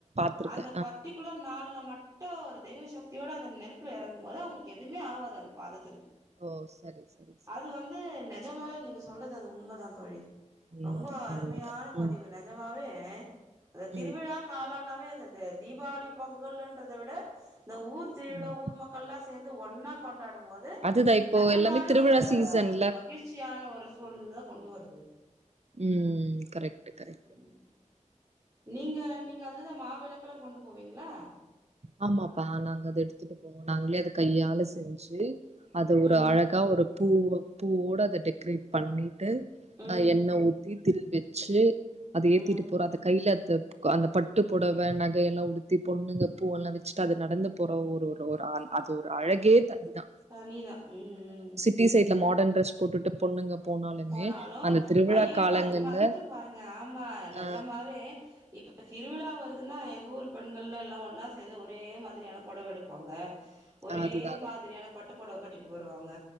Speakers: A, on the right; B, on the right.
A: திருக்க
B: அந்த பட்டிகுலர் நாள்ல மட்டு ஒரு தெய்வ சக்தியோட அந்த நெருப்புல எறங்கும் போது அவங்களுக்கு எதுவுமே ஆகாது அந்த பாதத்துல
A: ஓ சரி சரி சரி
B: அது வந்து நெஜமாவே நீங்க சொல்றது அது உண்மைதா தோழி
A: உண்மதா
B: ரொம்ப அருமையான
A: உண்மதா
B: பதிவு
A: ம்
B: நெஜமாவே அத திருவிழா
A: ம்
B: காலோனாவே இந்த தீபாவளி பொங்கல்ன்றத விட இந்த ஊர் திருவிழ
A: ம்
B: ஊர் மக்கள் எல்லா சே சேந்து ஒன்னா கொண்டாடும் போது
A: அதுதா இப்போ
B: நெஜமாவே
A: எல்லாமே திருவிழா
B: ஒரு
A: சீசன்ல
B: மகிழ்ச்சியான ஒரு சூழ்நெலதா கொண்டு வருது
A: ம் ம் ம் கரெக்டு கரெக்
B: ம் நீங்க நீங்க அதுதன் மாவிளக்கெல்லா கொண்டு போவீங்களா
A: ஆமாப்பா நாங்க அத எடுத்துட்டு போவோம் நாங்களே அதை கையால செஞ்சு அது ஒரு
B: ம்
A: அழகா ஒரு பூ பூவோட அதை டெக்கரேட் பண்ணிட்டு
B: ம்
A: அ எண்ணெ ஊத்தி திரி வெச்சு அத ஏத்திட்டு
B: ம்
A: போற அந்த கையில அந்த அந்த பட்டு புடவை நகைய எல்லா உடுத்தி பொண்ணுங்க பூவல்லா வச்சுட்டு அது நடந்து போற ஒரு ஒரு ஒரு அது ஒரு அழகே தனிதா
B: தனிதா ம் ம்
A: டி சைடல மாடர்ன் ட்ரெஸ் போட்டுட்டு பொண்ணுங்க போனாலுமே
B: போனாலு
A: அந்த திருவிழா
B: ஐயயோ
A: காலங்கள்ல
B: அது மறந்துட்ட பாருங்க ஆமா நெஜமாவே
A: ஆ
B: இப்ப திருவிழா வரு துனா எங்க ஊர் பெண்கள்லா எல்லா ஒன்னா சேர்ந்து ஒரே மாதிரியான பொடவ எடுப்போங்க ஒரே
A: ஆ அதுதா அதுதா
B: மாதிரியான பட்டுப்பொடவ கட்டிட்டு வருவாங்க